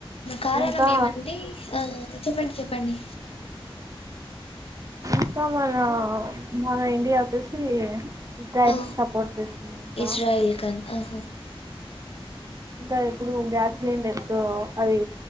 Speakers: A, on the left; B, on the right.
A: కారణం
B: ఇంకా
A: ఏమంటే ఆ చెప్పండి చెప్ప పని
B: ఇంకా మన మన ఇండియా వచ్చేసి ఇజ్రాయిల్
A: ఆ
B: సపోర్ట్ చేస్తున్నాంట
A: ఇజ్రాయిల్ ఖాన్ ఆహా
B: ఇంకా ఇప్పుడు గ్యాసిలిండర్స్ అవి